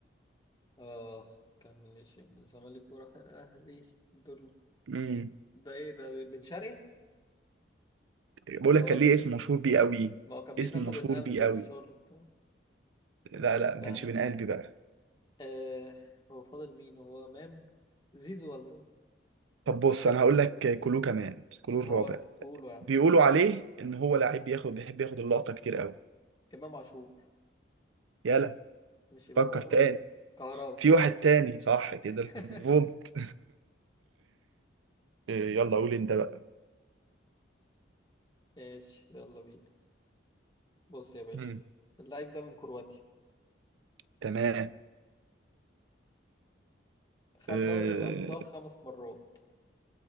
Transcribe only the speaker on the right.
امم
بقول لك
كان
ليه اسم مشهور بيه قوي
اسم
مشهور
بيه
قوي
لا
لا ما كانش بين قلبي بقى
طب بص انا هقول لك كلو كمان كلو
الرابع
بيقولوا عليه ان هو لعيب بياخد بيحب ياخد اللقطه كتير قوي
يلا
فكر
تاني
في واحد تاني صح كده
الفولت <laughs> إيه، يلا قول انت بقى
مم.
تمام
إيه،